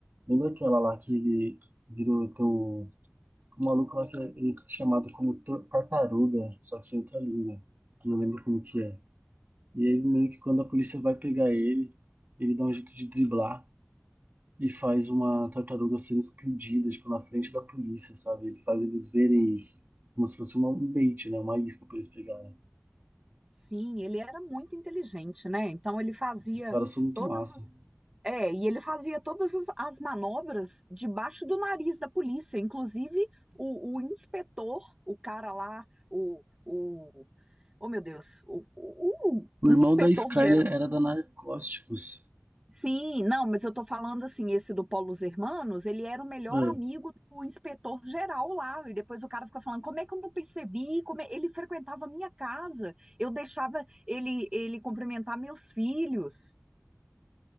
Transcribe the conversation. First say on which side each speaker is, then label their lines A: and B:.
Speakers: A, on the right; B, on the right.
A: Lembra aquela lá que ele virou teu... O maluco lá que é, ele é chamado como tor- tartaruga, só que em outra língua. Eu Não lembro como que é. E aí, meio que quando a polícia vai pegar ele, ele dá um jeito de driblar e faz uma tartaruga sendo explodida, tipo, na frente da polícia, sabe? Ele faz eles verem isso. Como se fosse uma, um bait, né? Uma isca pra eles pegarem.
B: Sim, ele era muito inteligente, né? Então ele fazia
A: Os caras são muito
B: todas
A: massa.
B: as É, e ele fazia todas as, as manobras debaixo do nariz da polícia, inclusive o, o inspetor, o cara lá, o, o, oh meu Deus, o, o, o-
A: O
B: o
A: irmão
B: inspetor
A: da Skyler
B: geral.
A: era da Narcóticos.
B: Sim, não, mas eu tô falando assim, esse do Paulo Hermanos, ele era o melhor
A: Ah,
B: amigo do inspetor geral lá, e depois o cara fica falando, como é que eu não percebi, como é- ele frequentava a minha casa, eu deixava ele, ele cumprimentar meus filhos.